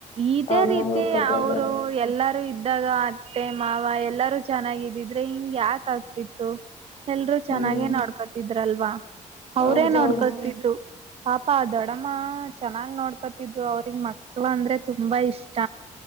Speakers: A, on the right; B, on the left.
A: ಇದೇ
B: ಅವ್ರನ್ನ
A: ರೀತಿ
B: ನೋಡ್ಕೊತಾ
A: ಅವರು
B: ಇದ್ದಾರೆ
A: ಎಲ್ಲಾರೂ ಇದ್ದಾಗ ಅತ್ತೆ ಮಾವ ಎಲ್ಲಾರೂ ಚೆನ್ನಾಗಿದಿದ್ರೆ ಹಿಂಗ ಯಾಕ ಆಗ್ತಿತ್ತು ಎಲ್ರು ಚೆನ್ನಾಗೇ
B: ಹ್ಮ್
A: ನೋಡ್ಕೋತಿದ್ರಲ್ವಾ ಅವ್ರೇ
B: ಹೌದು
A: ನೋಡ್ಕೊತಿದ್ರು
B: ಹೌದು
A: ಪಾಪಾ ದೊಡಮ್ಮ ಚ ಚನ್ನಾಗ್ ನೋಡ್ಕೊತಿದ್ರು ಅವ್ರಿಗ್ ಮಕ್ಳು ಅಂದ್ರೆ ತುಂಬಾ ಇಷ್ಟ